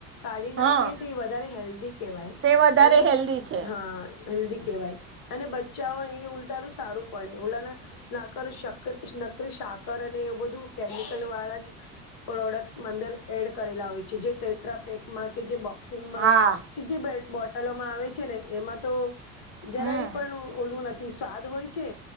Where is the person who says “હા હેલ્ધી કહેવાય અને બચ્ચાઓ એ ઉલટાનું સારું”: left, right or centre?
Left